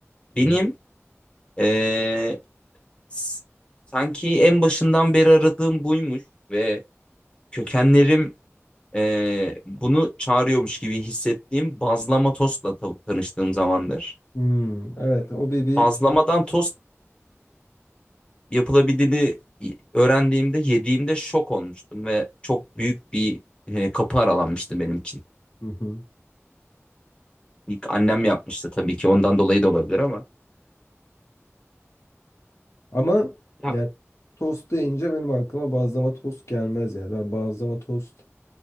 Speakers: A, on the left; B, on the left.
A: Böyle.
B: Benim ee, s- sanki en başından beri aradığım buymuş ve kökenlerim e, bunu çağırıyormuş gibi hissettiğim bazlama tostla ta- tanıştığım zamandır.
A: Hmm, evet o bir bir...
B: Bazlamadan tost yapılabildiğini öğrendiğimde, yediğimde şok olmuştum ve çok büyük bir e, kapı aralanmıştı benim için.
A: Hı hı.
B: İlk annem yapmıştı tabii ki ondan dolayı da olabilir ama.
A: Ama
B: Ya
A: yani tost deyince benim aklıma bazlama tost gelmez yani. Ben bazlama tost